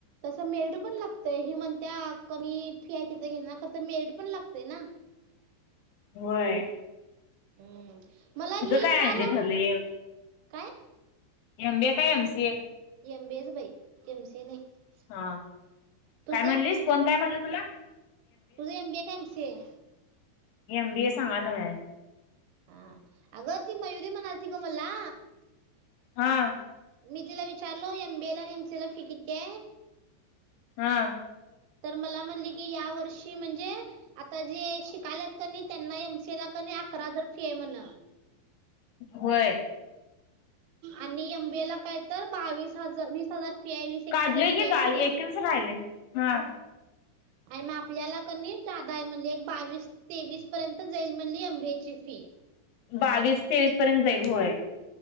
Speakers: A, on the right; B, on the left.
A: तसं मेरिट पण लागतय ही म्हणत्या कमी फि हाय तिथं घेणार खर तर मेरिट पण लागतय ना?
B: व्हय.
A: हम् मला हि
B: काय
A: काल
B: अंजे ठरलंय
A: काय?
B: एम बी ए का M C A?
A: M B H बाई एम सी ए नाही.
B: हा
A: तुझं
B: काय म्हणलीस कोण काय म्हणलं तुला?
A: तुझं एम बी ए का M C A?
B: M B A सांगाय नवे.
A: हा अग ती मयुरी मनालती ग मला
B: हा.
A: मी तिला विचारलो एम बी एला आणि एम सीए ला फि कितीये
B: हा.
A: तर मला म्हणली की या वर्षी म्हणजे आता जे शिकायलेत कनी त्यांना एमसीए ला कनी अकरा हजार फी आहे म्हण.
B: होय.
A: आणि एमबीएला काय तर बावीस हजार वीस हजार फी आहे वीस एकवीस
B: काढलय
A: हजार फी
B: की
A: आहे
B: काल
A: म्हण.
B: एकच राहिलय हा
A: आणि मग आपल्याला क नी काय म्हणली एक बावीस तेवीस पर्यंत जाईल म्हणली एमबीएची फी
B: बावीस तेवीस पर्यंत जाईल होय.